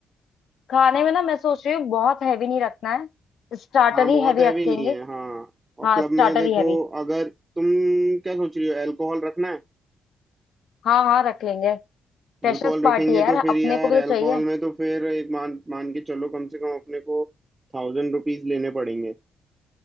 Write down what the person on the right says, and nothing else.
हाँ
बहुत
हैवी
नहीं है हाँ और
क्लब
में देखो
अगर तुम क्या सोच रही हो अल्कोहल रखना है
अल्कोहल
रखेंगे
तो फिर
यार
अल्कोहल
में तो फिर एक मान मान के चलो कम से कम अपने को थाउजेंड रुपीज लेने पड़ेंगे